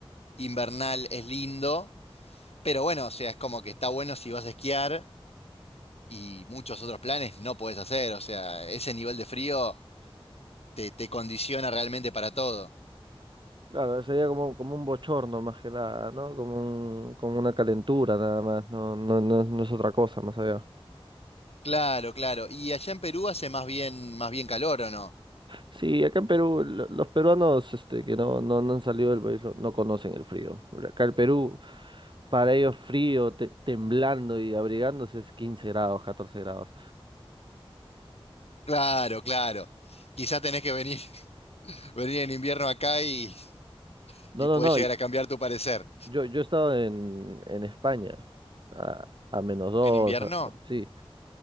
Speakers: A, on the left (about 85°); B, on the right (about 50°).
A: invernal es lindo. Pero bueno, o sea, es como que está bueno si vas a esquiar y muchos otros planes no podés hacer. O sea, ese nivel de frío te, te condiciona realmente para todo.
B: Claro, sería como, como un bochorno más que nada, ¿no? Como un, como una calentura nada más, no, no, no, es no es otra cosa más allá.
A: Claro, claro. Y allá en Perú hace más bien, más bien calor, ¿o no?
B: Sí, acá en Perú, lo- los peruanos este, que no, no, no han salido del país lo- no conocen el frío. Acá el Perú, para ellos frío, te- temblando y abrigándose es 15 grados, 14 grados.
A: Claro, claro. Quizás tenés que venir, <laughs> venir en invierno acá y,
B: No,
A: y
B: no,
A: podés
B: no,
A: llegar a cambiar tu parecer.
B: yo, yo he estado en, en España, a, a menos dos,
A: ¿En invierno?
B: a- a- sí.